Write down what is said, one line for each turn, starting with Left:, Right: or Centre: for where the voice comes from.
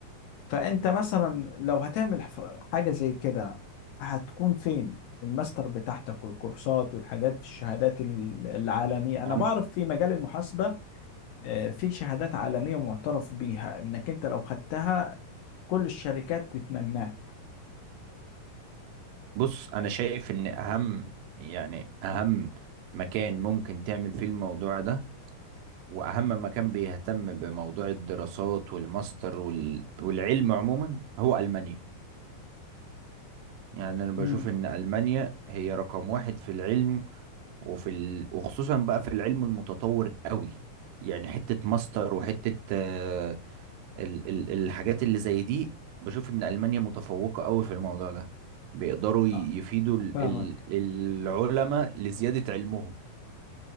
Left: فانت مثلا لو هتعمل ف- حاجه زي كده هتكون فين الماستر بتاعتك والكورسات والحاجات الشهادات ال- العالميه انا
Right: انا
Left: بعرف في مجال المحاسبه آه، في شهادات عالميه معترف بيها انك انت لو خدتها كل الشركات تتمناك
Right: بص انا شايف ان اهم يعني اهم مكان ممكن تعمل فيه الموضوع ده واهم مكان بيهتم بموضوع الدراسات والماستر وال... والعلم عموما هو المانيا يعني انا بشوف
Left: امم
Right: ان المانيا هي رقم واحد في العلم وفي ال... وخصوصا بقى في العلم المتطور قوي يعني حتة ماستر وحتة آه، ال... ال... الحاجات اللي زي دي بشوف ان ألمانيا متفوقة قوي في الموضوع ده بيقدروا ي-
Left: آه،
Right: يفيدوا ال...
Left: فاهمك
Right: ال... العلماء لزيادة علمهم